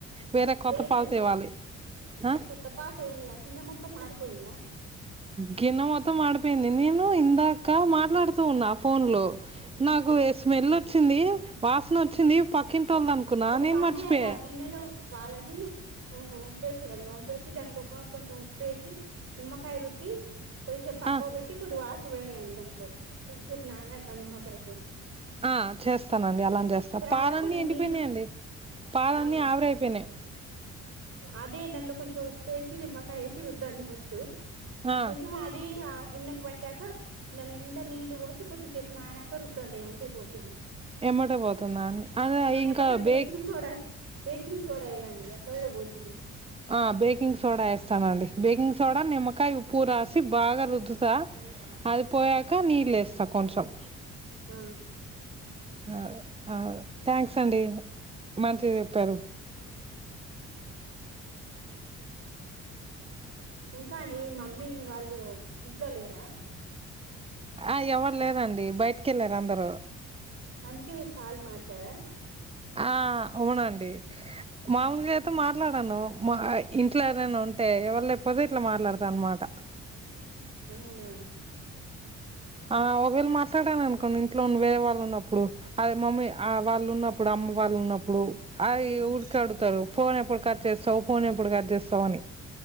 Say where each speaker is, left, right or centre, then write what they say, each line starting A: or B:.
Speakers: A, on the right; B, on the right.
A: వేరే కొత్త
B: లేదండి
A: పాలు తేవాలి ఆ?
B: కొత్త పాల్ తేయండి ఆ గిన్నె మొత్తం మాడిపోయిందా.
A: గిన్న మొత్తం మాడిపోయింది. నేను ఇందాక మాట్లాడ్తూ ఉన్నా ఫోన్లో నాకు ఎ స్మెల్లొచ్చింది. వాసన్ వచ్చింది పక్కింటోల్ద్ అనుకున్నా
B: ఒక
A: నేన్
B: పని
A: మర్చిపోయా
B: చేయండి ఆ గిన్నెలో ఉన్న పాలని వంపేసేయన్ వంపేసి దానికొక కొంచెం ఉప్పేసి నిమ్మకాయ రుద్ది కొద్దిసేప్ పక్కకు
A: ఆ
B: పెట్టి కొన్ని వా <inaudible> అండి దాంట్లో కొద్దిసేపు నానాక నిమ్మకాయతో
A: ఆ చేస్ చేస్తానండి అలా చేస్తా
B: తర్వాత
A: పాలన్నీ
B: కొన్ని
A: ఎండిపోయినయండి
B: నీళ్ళు
A: పాలన్నీ
B: ఆ
A: ఆవిరైపోయినయి.
B: అదే దాంట్లో కొంచెం ఉప్పేసి నిమ్మకాయ ఏసి రుద్దండి ఫస్ట్
A: ఆ
B: కొంచం అది గిన్నెకు పట్టాక దాన్ నిండా నీళ్ళు పోసి కొద్దిసేపు నానాక రుద్దండి ఎమ్మటే పోతుం
A: ఎమ్మటే పోతుందా అండి అదే
B: లేక్పోతే
A: ఇంకా
B: baking
A: bake
B: soda baking soda ఏయండి అట్ల కూడా పోతుంది.
A: ఆ బేకింగ్ సోడా ఏ. బేకింగ్ సోడా, నిమ్మకాయ్, ఉప్పు రాసి బాగా రుద్దుతా అది పోయాక నీళ్ళేస్తా కొంచం
B: ఆ
A: అ ఆ థ్యాంక్స్ అండి మంచిగ చెప్పారు.
B: ఇంకా అండి మీ మమ్మీ వాళ్ళు ఇంట్లో లేరా
A: ఆ ఎవర్ లేరండి బయటికెళ్ళార్ అందరూ
B: అందుకే మీర్ పాల్ మార్చారా
A: ఆ అవునండి మామూలుగా అయితే మాట్లాడను మా ఇంట్లో ఎరైనా అంటే ఎవరు లేకపోతే ఇట్లా మాట్లాడతా అన్నమాట
B: అవునా
A: ఆ ఒకవేల మాట్లాడను కొన్ని ఇంట్లో వేరే వాళ్ళు ఉన్నప్పుడు అదే మమ్మీ
B: ఉమ్
A: ఆ వాళ్ళు ఉన్నప్పుడు అమ్మ వాళ్ళు ఉన్నప్పుడు అవి
B: ఉమ్
A: ఊరికే అడుగుతారు ఫోన్ ఎప్పుడు కట్ చేస్తావు ఫోన్ ఎప్పుడు కట్ చేస్తావు అని